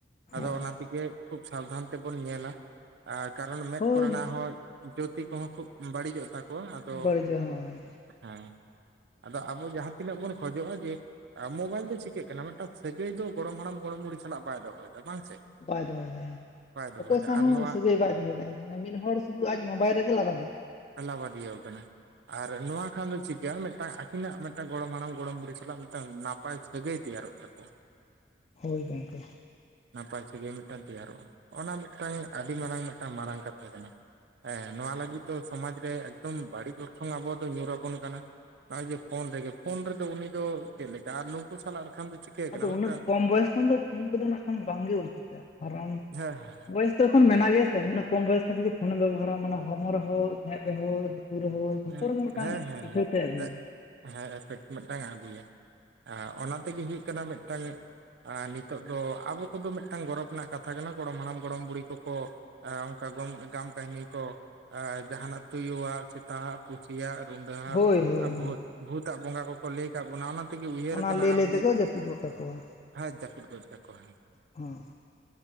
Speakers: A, on the right; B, on the left.
A: ᱟᱫᱚ
B: ᱦᱳᱭ
A: ᱚᱱᱟ ᱛᱮᱜᱮ ᱠᱷᱩᱵ ᱥᱟᱵᱫᱷᱟᱱ ᱛᱮᱵᱚᱱ ᱧᱮᱞᱟ, ᱟ ᱠᱟᱨᱚᱱ ᱢᱮᱫ
B: ᱦᱳᱭ
A: ᱠᱚᱨᱮᱱᱟᱜ ᱦᱚᱸ ᱡᱳᱛᱤ ᱠᱚᱦᱚᱸ ᱠᱷᱩᱵ ᱵᱟᱹᱲᱤᱡᱚᱜ ᱛᱟᱠᱚᱣᱟ ᱟᱫᱚ,
B: ᱵᱟᱹᱲᱤᱡᱚᱜ ᱦᱳᱭ
A: ᱦᱮᱸ᱾ ᱟᱫᱚ ᱟᱵᱚ ᱡᱟᱦᱟᱸ ᱛᱤᱱᱟᱹᱜ ᱵᱚᱱ ᱠᱷᱚᱡᱚᱜᱼᱟ ᱡᱮ ᱟᱨ ᱢᱳᱵᱟᱭᱤᱞ ᱫᱚ ᱪᱤᱠᱟᱹᱜ ᱠᱟᱱᱟ ᱢᱤᱫᱴᱟᱝ ᱥᱟᱹᱜᱟᱹᱭ ᱫᱚ ᱜᱚᱲᱚᱢ ᱦᱟᱲᱟᱢ ᱜᱚᱲᱚᱢ ᱵᱩᱲᱦᱤ ᱥᱟᱞᱟᱜ ᱵᱟᱭ ᱫᱚᱦᱚᱭᱮᱫᱟ ᱵᱟᱝ ᱥᱮ?
B: ᱵᱟᱭ ᱫᱚᱦᱚᱭᱮᱫᱟ ᱦᱟᱸᱜ
A: ᱵᱟᱭ ᱫᱚᱦᱚᱭᱮᱫᱟ
B: ᱚᱠᱚᱭ ᱥᱟᱶ
A: ᱟᱨ
B: ᱦᱚᱸ
A: ᱱᱚᱣᱟ
B: ᱥᱟᱹᱜᱟᱹᱭ ᱵᱟᱭ ᱫᱩᱦᱚᱭᱮᱫᱟ ᱢᱟᱱᱮ ᱢᱤᱫ ᱦᱚᱲᱩᱫᱩ ᱟᱡᱽ ᱢᱳᱟᱭᱤᱞ ᱨᱮᱜᱮ ᱞᱟᱜᱟᱣ ᱦᱮᱱᱟᱭᱟ
A: ᱟᱞᱟᱵᱟᱫᱤᱭᱟᱹᱣ ᱠᱟᱱᱟ᱾ ᱟᱨ ᱱᱚᱣᱟ ᱠᱷᱟᱱ ᱫᱚ ᱪᱤᱠ ᱜᱮᱭᱟ ᱢᱤᱫᱴᱟᱝ ᱟᱹᱠᱤᱱᱟᱜ ᱢᱤᱫᱴᱟᱝ ᱜᱚᱲᱚᱢ ᱦᱟᱲᱟᱢ ᱜᱚᱲᱚᱢ ᱵᱩᱲᱦᱤ ᱥᱟᱞᱟᱜ ᱢᱤᱫᱴᱟᱝ ᱱᱟᱯ ᱱᱟᱯᱟᱭ ᱥᱟᱹᱜᱟᱹᱭ ᱛᱮᱭᱟᱨᱚᱜ ᱛᱟᱠᱚᱣᱟ᱾
B: ᱦᱳᱭ ᱜᱚᱝᱠᱮ᱾
A: ᱱᱟᱯᱟᱭ ᱥᱟᱹᱜᱟᱭ ᱢᱤᱫᱴᱟᱝ ᱛᱮᱭᱟᱨᱚᱜᱼᱟ, ᱚᱱᱟ ᱢᱤᱫᱴᱟᱝ ᱟᱹᱰᱤ ᱢᱟᱨᱟᱝ ᱢᱤᱫᱴᱟᱝ ᱢᱟᱨᱟᱝ ᱠᱟᱛᱷᱟ ᱠᱟᱱᱟ᱾ ᱮᱸ ᱱᱚᱣᱟ ᱞᱟᱹᱜᱤᱫ ᱫᱚ ᱥᱚᱢᱟᱡ ᱨᱮ ᱮᱠᱫᱚᱢ ᱵᱟᱹᱲᱤᱡ ᱚᱨᱥᱚᱝ ᱟᱵᱚ ᱫᱚ ᱧᱩᱨ ᱟᱵᱚᱱ ᱠᱟᱱᱟ᱾ ᱱᱚᱭ-ᱚᱭ ᱡᱮ ᱯᱷᱳᱱ ᱨᱮᱜᱮ ᱯᱷᱳᱱ ᱨᱮᱫᱚ ᱩᱱᱤ ᱫᱚ ᱪᱮᱫ ᱞᱮᱠᱟ ᱟᱨ ᱱᱩᱠᱩ ᱥᱟᱞᱟᱜ ᱞᱮᱠᱷᱟᱱ ᱫᱚ ᱪᱤᱠᱟᱹ ᱠᱟᱱᱟ
B: ᱟᱫᱚ
A: ᱢᱤᱫᱴᱟᱝ
B: ᱩᱱᱟᱹᱜ ᱠᱚᱢ ᱵᱚᱭᱮᱥ ᱠᱷᱚᱱ ᱫᱚ ᱯᱷᱳᱱ ᱠᱚᱫᱚ ᱱᱟᱜ ᱠᱷᱟᱱ ᱵᱟᱝᱜᱮ ᱩᱪᱤᱛᱟ ᱠᱟᱨᱚᱱ
A: ᱦᱮᱸ ᱦᱮᱸ
B: ᱵᱚᱭᱮᱥ ᱫᱚ ᱮᱠᱷᱚᱱ ᱢᱮᱱᱟᱜ ᱜᱮᱭᱟ ᱥᱮ, ᱩᱱᱟᱹᱜ ᱠᱚᱢ ᱵᱚᱭᱮᱥ ᱠᱷᱚᱱ ᱡᱩᱫᱤ ᱯᱷᱳᱱ ᱮᱢ ᱵᱮᱵᱚᱦᱟᱨᱟ ᱢᱟᱱᱮ ᱦᱚᱲᱢᱚ ᱨᱮᱦᱚᱸ, ᱢᱮᱫ ᱨᱮᱦᱚᱸ <unintelligible> ᱨᱮᱦᱚᱸ ᱡᱚᱛᱚ
A: ᱦᱮᱸ
B: ᱨᱮᱜᱮ ᱢᱤᱫᱴᱟᱝ
A: ᱦᱮᱸ ᱦᱮᱸ
B: ᱤᱯᱷᱮᱠᱴᱮ ᱟᱹᱜᱩᱭᱟ᱾
A: ᱮᱜ ᱦᱮᱸ ᱮᱯᱷᱮᱠᱴ ᱢᱤᱫᱴᱟᱝ ᱮ ᱟᱹᱜᱩᱭᱟ, ᱚᱱᱟ ᱛᱮᱜᱮ ᱦᱩᱭᱩᱜ ᱠᱟᱱᱟ ᱢᱤᱫᱴᱟᱝ ᱟᱨ ᱱᱤᱛᱚᱜ ᱫᱚ ᱟᱵᱚ ᱠᱚᱫᱚ ᱢᱤᱫᱴᱟᱝ ᱜᱚᱨᱚᱵᱽ ᱨᱮᱱᱟᱜ ᱠᱟᱛᱷᱟ ᱠᱟᱱᱟ ᱾ᱜᱚᱲᱚᱢ ᱦᱟᱲᱟᱢ ᱜᱚᱲᱚᱢ ᱵᱩᱲᱦᱤ ᱠᱚᱠᱚ ᱚᱱᱠᱟ ᱜᱟᱢ ᱠᱟᱹᱦᱱᱤ ᱠᱚ, ᱡᱟᱦᱟᱱᱟᱜ ᱛᱩᱭᱩᱣᱟᱜ ᱥᱮᱛᱟ-ᱟᱜ ᱯᱩᱥᱤᱭᱟᱜ ᱨᱩᱰᱟᱹᱟᱜ
B: ᱦᱳᱭ ᱦᱳᱭ
A: ᱟᱨ ᱵᱷᱩᱛ
B: ᱦᱳᱭ
A: ᱵᱷᱩᱛᱟᱜ ᱵᱚᱸᱜᱟ ᱠᱚ ᱠᱚ ᱞᱟᱹᱭ ᱟᱠᱟᱫ ᱵᱚᱱᱟ ᱚᱱᱟ ᱛᱮᱜᱮ, ᱩᱭᱦᱟᱹᱨ
B: ᱚᱱᱟ
A: ᱠᱟᱱᱟ
B: ᱞᱟᱹᱭ
A: ᱟᱨ
B: ᱞᱟᱹᱭ
A: ᱱᱤᱛ
B: ᱛᱮᱠᱚ ᱡᱟᱹᱯᱤᱫ ᱜᱚᱫ ᱠᱟᱠᱚᱣᱟ
A: <inaudible> ᱡᱟᱹᱯᱤᱫ ᱜᱚᱫ ᱠᱟᱠᱚ ᱟᱭ᱾
B: ᱦᱮᱸ